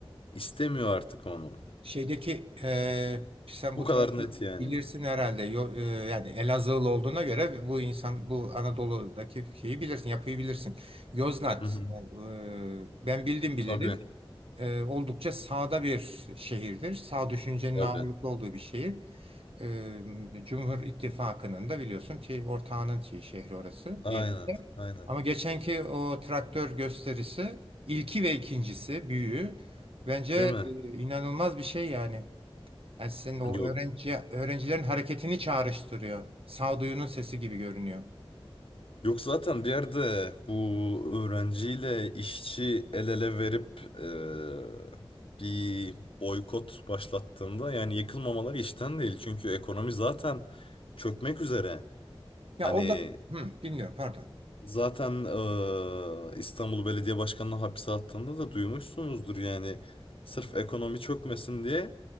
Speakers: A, on the left (about 70°); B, on the right (about 75°).
A: istemiyor artık onu.
B: Şeydeki eee, sen
A: Bu
B: bu
A: kadar
B: tarafı
A: net yani.
B: bilirsin herhalde. Yo- eee, yani Elazığlı olduğuna göre bu insan bu Anadolu'daki şeyi bilirsin, yapıyı bilirsin. Yozgat.
A: Hı hı.
B: Yani, eee, ben bildim bileli.
A: Tabii,
B: eee, oldukça sağda bir şehirdir. Sağ düşüncenin
A: tabii.
B: ağırlıklı olduğu bir şehir. Eee Cumhur İttifakı'nın da biliyorsun ki ortağının şey, şehri orası
A: Aynen,
B: diye.
A: aynen.
B: Ama geçenki o traktör gösterisi ilki ve ikincisi büyüğü bence
A: Değil mi?
B: e, inanılmaz bir şey yani. Yani senin o
A: Yok.
B: öğrenci öğrencilerin hareketini çağrıştırıyor. Sağduyunun sesi gibi görünüyor.
A: Yok zaten bir yerde bu öğrenciyle işçi el ele verip eee, bir boykot başlattığında yani yıkılmamaları işten değil. Çünkü ekonomi zaten çökmek üzere.
B: Ya
A: Hani
B: orada hı, dinliyorum pardon.
A: zaten eee, İstanbul Belediye Başkanı'na hapse attığında da duymuşsunuzdur yani. Sırf ekonomi çökmesin diye